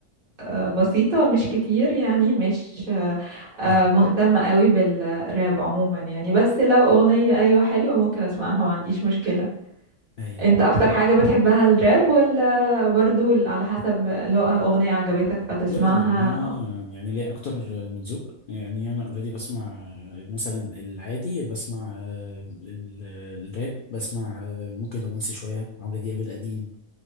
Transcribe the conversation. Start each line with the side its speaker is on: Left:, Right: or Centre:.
Right: آه بسيطة مش كتير يعني مش آه آه
Left: مهم.
Right: مهتمة قوي بالراب عموما يعني بس لو اغنية ايوه حلوة ممكن اسمعها ما عنديش مشكلة
Left: ايوه
Right: انت اكتر حاجة بتحبها الراب ولا برضو ال- على حسب لو اغنية عجبتك فتسمعها
Left: ده لا هو
Right: اه،
Left: يعني ليه اكتر من ذوق يعني انا اوريدي بسمع مثلا العادي بسمع آه، ال- الراب بسمع آه، ممكن رومانسي شويه عمرو دياب القديم